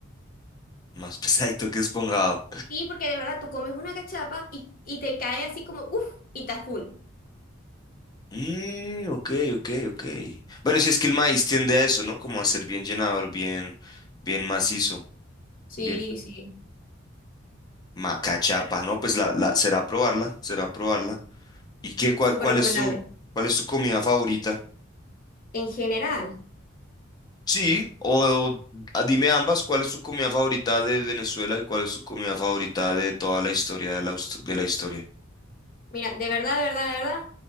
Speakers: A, on the left; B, on the left.
A: Más <laughs> pesadito que esponjado.
B: Sí, porque de verdad tú comes una cachapa y, y te cae así como, uff, y está full.
A: Mm, ok, ok, ok. Bueno, si es que el maíz tiende a eso, ¿no? Como a ser bien llenador, bien, bien macizo,
B: Sí,
A: bien.
B: sí,
A: Ma- Cachapa, ¿no? Pues la, la, será probarla, será probarla. ¿Y qué, cuál,
B: súper
A: cuál
B: recomendable.
A: es tu, cuál es tu comida favorita?
B: En general.
A: Sí, o a- dime ambas, ¿cuál es tu comida favorita de Venezuela y cuál es tu comida favorita de toda la historia de la, hus- de la historia?
B: Mira, de verdad, de verdad, de verdad,